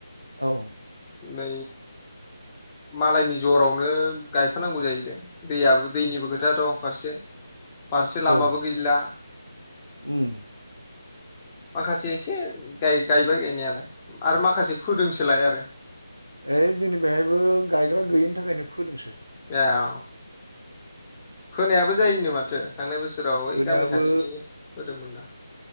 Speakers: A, on the right; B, on the left.
A: औ
B: नै मालायनि जरावनो गायफानांगौ जाहैदों दैयाबो दैनिबो खोथा दं फारसे फारसे लामाबो
A: औ
B: गैला
A: उम
B: माखासे एसे गाय गायबाय गायनायालाय आरो माखासे फोदोंसोलाय आरो
A: ओइ जोंनि बेहायबो गायग्रा गैयिनि थाखायनो फोदोंसो
B: ए अ फोनायाबो जायोनो माथो थांनाय बोसोराव ओइ
A: फोनायाबो
B: गामि खाथिनि फोदोंमोन ना